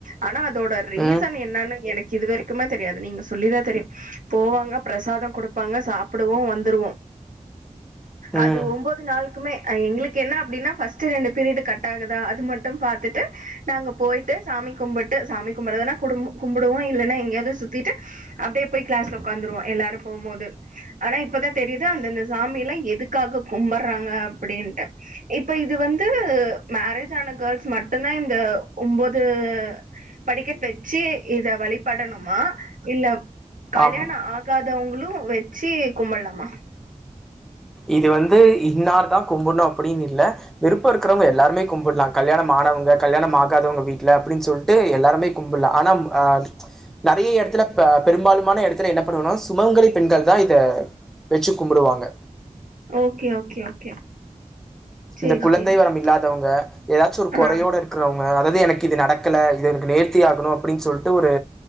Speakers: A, on the right; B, in the centre.
A: ஆனா அதோட ரீசன்
B: ம்
A: என்னனு எனக் கு இதுவரைக்குமே தெரியாது நீங்க சொல்லிதா தெரியு போவாங்க பிரசாத குடுப்பாங்க சாப்புடுவோ வந்துருவோ அது
B: ம்
A: ஒம்போது நாள் குமே எங்களுக்கு என்ன அப்டின்னா ஃபஸ்டு ரெண்டு பீரியடு கட் ஆகுதா அது மட்டு பாத்துட்டு நாங்க போய்ட்டு சாமி கும்புட் டு சாமி கும்பறதனா குடும் கும்புடுவோ இல்லனா எங்கயாவது சுத்திட்டு அப்டியே போய் கிளாஸ்ல உக்காந்துருவோ எல்லாரு போ ம்போது ஆனா இப்பதா தெரியுது அந்தந்த சாமி எல்லா எதுக்காக கும்படுறாங்க அப்டின்ட்டு இப்ப இது வந்து மேரேஜ் ஆன கேள்ஸ் மட்டுந்தா இந்த ஒம்போது படிக்கட் வெச்சு இத வழிபடணுமா இல்ல கல்யாணோ
B: ஆம்
A: ஆகாதவங் களு வெச்சு கும்பட்லாமா
B: இது வந்து இன்னார் தா கும்பட்ணு அப்டினு இல்ல விருப்போ இருக்றவங்க எல்லாருமே கும்புட்லா கல்யாணம் ஆ ணவங்க கல்யாணம் ஆகாதவங்க வீட்ல அப்டின் சொல்ட்டு எல்லாருமே கும்புட்லா ஆனாம் அ நறைய எடத்துல ப பெரும்பாலுமான எடத் துல என்ன பண்ணுவாங்கனா சுமங்கலி பெண்கள் தா இத வெச்சு கும்புடுவாங்க
A: ஓகே ஓகே ஓகே சேரி
B: இந்த குழந்தை
A: சேரி
B: வரம்
A: சேரி
B: இல்லாதவங்க ஏதாச்சு ஒரு கொறையோட
A: ஆ
B: இருக்குறவங்க அதாவது எனக்கு கு இது நடக்கல இது எனக்கு நேர்த்தி ஆகணு அப்டின்னு சொல்ட்டு ஒரு